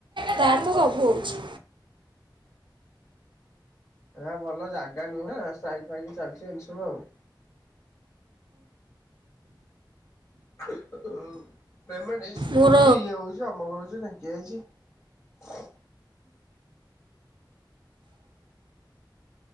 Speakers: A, on the right; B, on the left.
A: ତାର ତ ସବୁ ହୋଉଚି।
B: ଏରା ଭଲ ଜାଗା ନୁହେଁ ସାଇଜି ଫାଇକି ଚାଲିଚି ଏମିତି ସବୁ ଆଉ। <unintelligible> ପେମେଣ୍ଟ୍ ଇସୁ
A: ମୋର
B: ହୋଉଚି ଇଏ ହୋଉଚି ଅମକ ହୋଉଚ ଢିଙ୍କି ହେଇଚି। <unintelligible>